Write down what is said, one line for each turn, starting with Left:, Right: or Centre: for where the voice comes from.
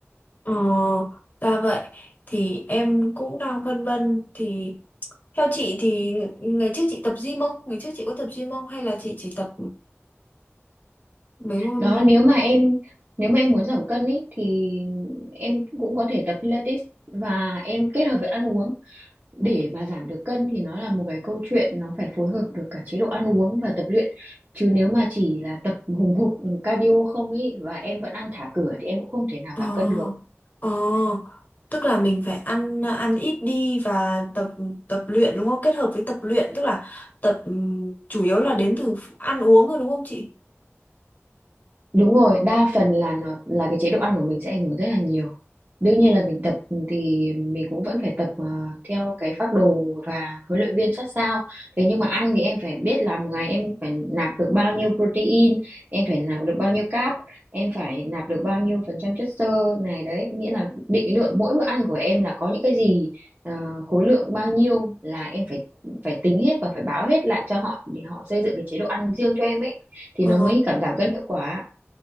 Left: Ờ, ra vậy thì em cũng đang phân vân thì theo chị thì ngày trước chị tập gym không? Ngày trước chị có tập gym không? Hay là chị chỉ tập mấy môn
Right: đó nếu mà em nếu mà em muốn giảm cân ý, thì em cũng có thể tập Pilates và em kết hợp với ăn uống để mà giảm được cân thì nó là một cái câu chuyện nó phải phối hợp được cả chế độ ăn uống và tập luyện chứ nếu mà chỉ là tập hùng hục cardio không ý và em vẫn ăn thả cửa thì em cũng không thể nào
Left: ờ
Right: giảm cân được
Left: ờ tức là mình phải ăn ăn ít đi và tập tập luyện đúng không? Kết hợp với tập luyện tức là tập ừm, chủ yếu là đến từ ăn uống rồi đúng không chị?
Right: Đúng rồi, đa phần là nó là cái chế độ ăn của mình sẽ ảnh hưởng rất là nhiều. Đương nhiên là mình tập thì mình cũng vẫn phải tập ờ, theo cái phác đồ và huấn luyện viên sát sao. Thế nhưng mà ăn thì em phải biết là một ngày em phải nạp được bao nhiêu protein, em phải nạp được bao nhiêu carb, em phải nạp được bao nhiêu phần trăm chất xơ này đấy. Nghĩa là định lượng mỗi bữa ăn của em là có những cái gì, ờ, khối lượng bao nhiêu là em phải phải tính hết và phải báo hết lại cho họ để họ xây dựng cái chế độ ăn riêng cho em ấy thì
Left: Ờ,
Right: nó mới cảm giảm cân hiệu quả.